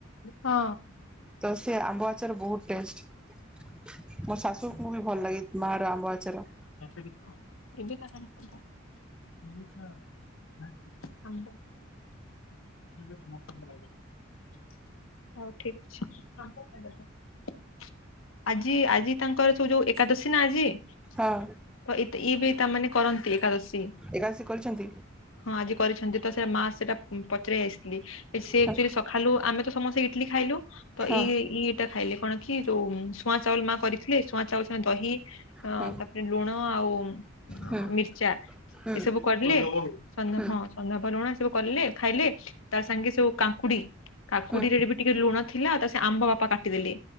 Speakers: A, on the left; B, in the centre.
A: ହଁ
B: ତ ସେ ଆମ୍ବ ଆଚର ବହୁତ ଟେଷ୍ଟ ମୋ ଶାଶୁକୁ ବି ଭଲ ଲାଗେ ମାଆର ଆମ୍ବ ଆଚାର
A: ହଉ ଠିକ ଅଛି ଆଜି ଆଜି ତାଙ୍କର ସ ଯୋଉ ଏକାଦଶୀ ନା ଆଜି
B: ହଁ
A: ତ ଏ ବି ତାମାନେ କରନ୍ତି। ଏକାଶୀ
B: ଏକାଦଶୀ କରିଛନ୍ତି
A: ହଁ ଆଜି କରିଛନ୍ତି ତ ସେ ମା ସେଟା ପଚାର ଆସିଥିଲି ସେଚୁ
B: ହଁ
A: ସଖାଲୁ ଆମେ ତ ସମସ୍ତେ ଇଟିଲି ଖାଇଲୁ ତ
B: ହଁ
A: ଇଇଇଟା ଖାଇଲେ ଆପଣ କି? ଯୋଉ ଶୁଆଁ ଚାଉଳ ମା କରିଥିଲେ ଶୁଆ ଚାଉଳ ସଙ୍ଗେ ଦହି
B: ହଁ ହଁ।
A: ତା ଡ ହଁ ଆଉ ହଁ
B: ହୁଁ
A: ମିର୍ଚା
B: ହୁଁ ହୁଁ
A: ଏ ସବୁ କରିଲି ହଁ
B: ହୁଁ
A: ହଁ ଚନ୍ଦ ବଲୁଣ ସବୁ କିଲେ ଖାଇଲେ ତାର ସାଙ୍ଗେ ସ କାଙ୍କୁଡି କାକୁଡି
B: ହୁଁ
A: ରେ ବି ଟିକେ ଲୁଣ ଥିଲାଉ ତା ସେ ଆମ୍ବ ବାପା କାଟିଦେଲି।